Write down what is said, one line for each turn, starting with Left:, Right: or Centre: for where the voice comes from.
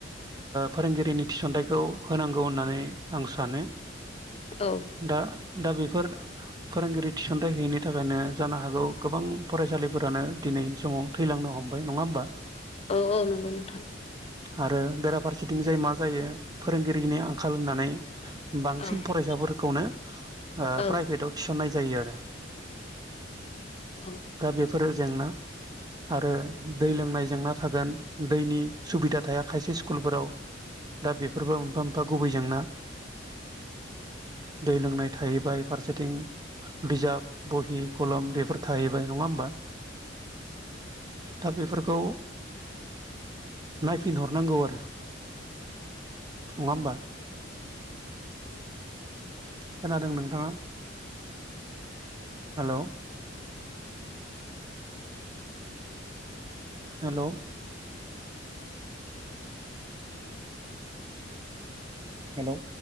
Right: फोरोंगिरिनि थिसनथाइखौ होनांगौ होननानै आं सानो
Left: औ
Right: दा दा बेफोर फोरोंगिरि थिसनथायाइ होयैनि थाखायनो जानो हागौ गोबां फरायसालिफोरानो दिनैनि समाव थैलांनो हमबाय नङा होमबा
Left: औ औ नंगौ नोंथां
Right: आरो बेराफारसेथिं जाय मा जायो फोरोंगिरिनि आंखाल होननानै बांसिन
Left: औ
Right: फरायसाफोरखौनो
Left: औ
Right: प्राइभेटाव थिसननाय जायो आरो
Left: औ
Right: दा बेफोरो जेंना आरो दै लोंनाय जेंना थागोन दैनि सुबिदा थाया खायसे स्कुलफोराव दा बेफोरबो मोनफा मोनफा गुबैजोंोंना दै लोंनाय थाहैबाय फारसेथिं बिजाब बहि खलम बेफोर थाहैबाय नङा होमबा दा बेफोरखौ नायफिनहरनांगौ आरो नङा होमबा खोनादों नोंथाङा हेल' हेल' हेल'